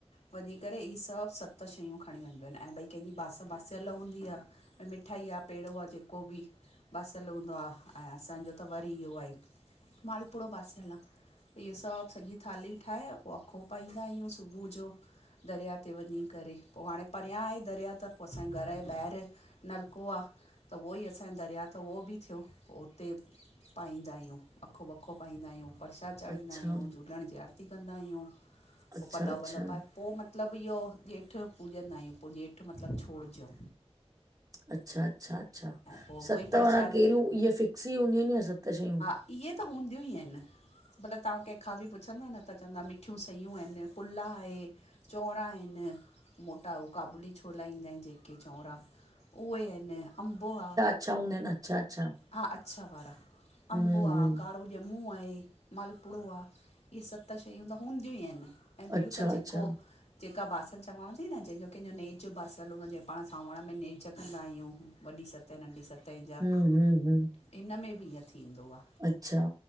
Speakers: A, on the left; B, on the right.
A: वञी करे, ई सभु सत शयूं खणी वञबियूं एन, अए भई, कंहिंजी बास बासयल हूंदी आ अए, मिठाई आ पेड़ो आ जेको बि बासियल हूंदो आ, अएं असांजो त वरी इहो आहे, मालपुड़ो बासियल आ। इहे सभु सॼी थाली ठाहे, पो अखो पाईंदायूं सुबू जो। दरिया ते वञी करे, पो हाणे परियां आहे दरिया त, पो असांजे घर जे ॿाहिरि नलको आ, त उहोई असांजे दरिया त उहो बि थियो, पो उते पाईंदायूं, अखो, वखो पाईंदायूं, परसाद चाढ़ीदायूं,
B: अच्छा
A: झूलण जी आरती कंदायूं,
B: अच्छा
A: पो पलउ
B: अच्छा
A: वलउ पाए पो मतिलब इहो ॼेठ पूॼंदायूं, पो ॼेठ मतिलब छोड़जो।
B: अच्छा अच्छा अच्छा,
A: पोइ उहो
B: सत
A: ई परसाद
B: माना केढ़यूं, इहे फिक्स ई हूंदयूं इन छा सत शयूं?
A: इहे त हूंदियूं ई अइन। मत्लब, तहां कंहिंखां बि पुछंदा न, त चवंदा मिठयूं सयूं अइन पुला आहे चौंरा आहिन, मोटा हू काबुली छोला ईंदा आहिन जे के चौंरा, उहे अइनि, अंबु आ।
B: छा हूंदा अइन अच्छा अच्छा?
A: हा, अच्छा वारा। अंबु
B: हम्म,
A: आ
B: हम्म,
A: का कारो ॼंमूं आहे, मालपुड़ो आ, इहे सत शयूं त हूंदयूं ई अइन। अएं ॿियू
B: अच्छा,
A: त
B: अच्छा,
A: जेको जेका बास चवांव ती न, जेंजो कंहिंजो नेज बासलु हूंदो आ, पाण सावण में नेज कंदायूं वॾी सतहिं, नंढी़ सतहिं जा
B: हूं हूं
A: इन में बि ईअं थींदो आह।
B: अच्छा!